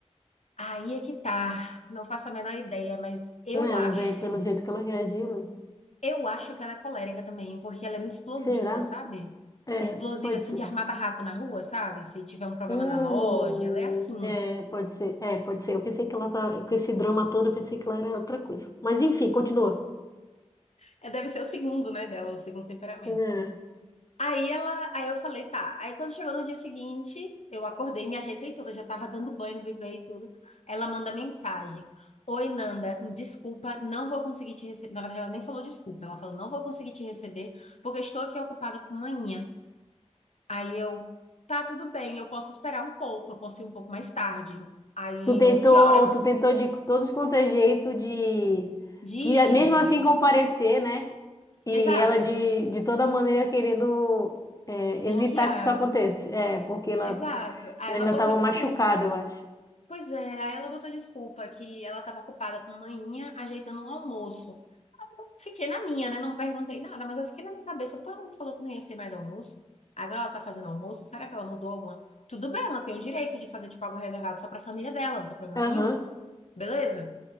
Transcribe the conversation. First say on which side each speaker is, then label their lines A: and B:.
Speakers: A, on the left (about 70°); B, on the left (about 30°).
A: Aí é que tá. Não faço a menor ideia, mas eu
B: Não,
A: acho.
B: mas aí pelo jeito que ela reagiu, né?
A: Eu acho que ela é colérica também, porque ela é muito explosiva,
B: Será?
A: sabe?
B: É,
A: Explosiva,
B: pode
A: assim,
B: ser.
A: de armar barraco na rua, sabe? Se tiver um problema
B: Hum,
A: na loja, ela é assim.
B: é, pode ser. É, pode ser. Eu pensei que ela tá, com esse drama todo, eu pensei que ela era outra coisa. Mas enfim, continua.
A: É, deve ser o segundo, né, dela, o segundo temperamento.
B: É.
A: Aí ela, aí eu falei, tá. Aí quando chegou no dia seguinte, eu acordei, me ajeitei toda, já tava dando banho no bebê e tudo. Ela manda mensagem. Oi, Nanda, desculpa, não vou conseguir te receber. Na verdade, ela nem falou desculpa, ela falou, não vou conseguir te receber, porque estou aqui ocupada com manhã. Aí eu, tá, tudo bem, eu posso esperar um pouco, eu posso ir um pouco mais tarde. Aí
B: Tu tentou,
A: eu, que horas
B: tu tentou de todos quanto é jeito de,
A: de ir,
B: de mesmo
A: entendeu?
B: assim comparecer, né? E
A: Exato,
B: ela de, de toda maneira querendo é,
A: bloquear,
B: evitar que isso aconteça. É, porque ela,
A: exato. Aí
B: ela
A: ela
B: ainda
A: botou
B: estava
A: desculpa.
B: machucada, eu acho.
A: Pois é, aí ela botou desculpa que ela estava ocupada com manhinha ajeitando o almoço. Eu fiquei na minha, né? Não perguntei nada, mas eu fiquei na minha cabeça. Pô, ela não falou que não ia ser mais almoço? Agora ela tá fazendo almoço? Será que ela mudou alguma? Tudo bem, ela tem o direito de fazer tipo algo reservado só pra família dela, não tem problema
B: Aham.
A: nenhum. Beleza?